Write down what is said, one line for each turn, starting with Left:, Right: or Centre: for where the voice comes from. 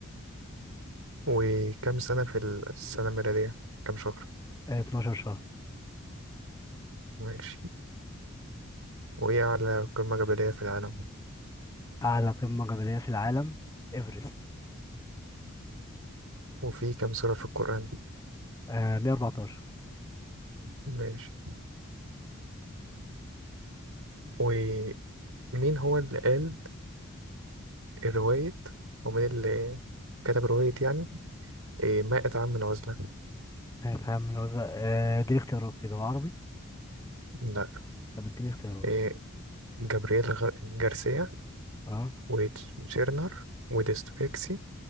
Right: وكم سنة في ال- السنة الميلادية كم شهر
Left: آه 12 شهر
Right: ماشي وإيه أعلى قمة جبلية في العالم
Left: أعلى قمة جبلية في العالم إيفرست
Right: وفي كم سورة في القرآن
Left: آه 114
Right: ماشي ومين هو اللي قال رواية أو مين اللي كتب رواية يعني إيه مائة عام من العزلة
Left: آه فاهم من وزن آه اديني اختيارات كده وعربي
Right: لا
Left: طب اديني اختيارات
Right: إيه جابرييل غ... جارسيا
Left: اه
Right: وتشيرنر وديستويكسي